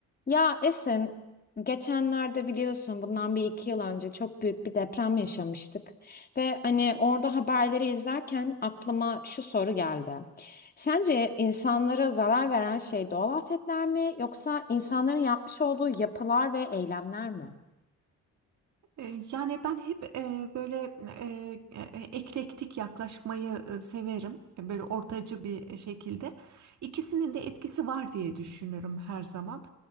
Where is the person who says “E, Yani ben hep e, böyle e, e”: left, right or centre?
Right